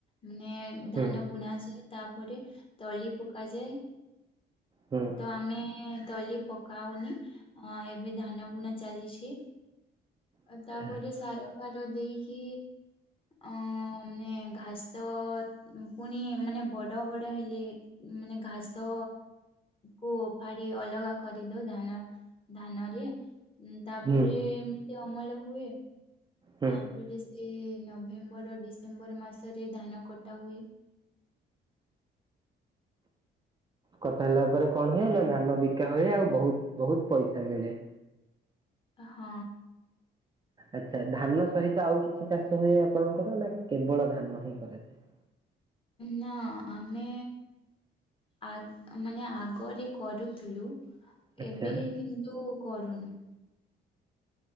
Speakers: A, on the left (about 25°); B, on the right (about 20°).
A: ମାନେ
B: ହୁଁ
A: ଧାନ ବୁଣା ଯାଏ। ତାପରେ ତଳି ପକାଯାଏ
B: ହୁଁ
A: ତ ଆମେ ତଲି ପକାଉନି ଏବେ ଧାନ ବୁଣା ଚାଲିଛି। ଆଉ
B: ଆଚ୍ଛା
A: ତାପରେ ସାର ଫାର ଦେଇକି ଅ ମାନେ ଘାସ ପୁଣି ମାନେ ବଡ ବଡ ହେଲେ। ମାନେ ଘାସ। କୁ ଫାଡି ଅଲଗା କରିଦଉ ଧାନ ଧାନରେ ତାପରେ
B: ହୁଁ
A: ଏମିତି ଅମଳ ହୁଏ
B: ହୁଁ।
A: ତାପରେ ସେ ନଭେମ୍ବର ଡିସେମ୍ବର ମାସରେ ଧାନ କଟା ହୁଏ।
B: କଟା ହେଲା ପରେ କଣ ହୁଏ ନା ଧାନ ବିକା ହୁଏ ଆଉ ବହୁତ ବହୁତ ପଇସା ମିଳେ।
A: ହଁ।
B: ଆଚ୍ଛା ଧାନ ସହିତ ଆଉ କିଛି ଚାଷ ହୁଏ ଆପଣଙ୍କର ନା କେବଳ ଧାନ ହିଁ କରାଯାଏ?
A: ନା ଆମେ ଆ ମାନେ ଆଗରେ କରୁଥିଲୁ।
B: ଆଚ୍ଛା
A: ଏବେ କିନ୍ତୁ କରୁନୁ।